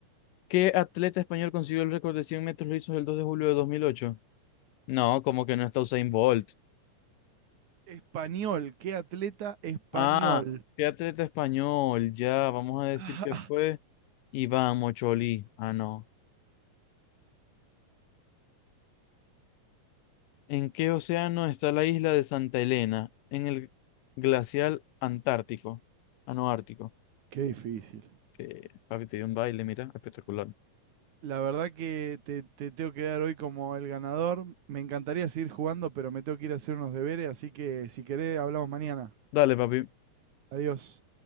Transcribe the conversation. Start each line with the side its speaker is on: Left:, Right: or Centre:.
Left: ¿Qué atleta español consiguió el récord de cien metros? lisos el 2 de julio de 2008? No, como que no está Usain Bolt.
Right: Español, qué atleta español.
Left: Ah, ¿qué atleta español? Ya, vamos a decir
Right: <laughs>
Left: que fue Iván Mocholí. Ah, no. ¿En qué océano está la isla de Santa Elena? En el glacial Antártico. Ah, no, Ártico.
Right: Qué difícil.
Left: Que, papi, te dio un baile, mira, espectacular.
Right: La verdad que te, te tengo que dar hoy como el ganador. Me encantaría seguir jugando, pero me tengo que ir a hacer unos deberes, así que si querés, hablamos mañana.
Left: Dale, papi.
Right: Adiós.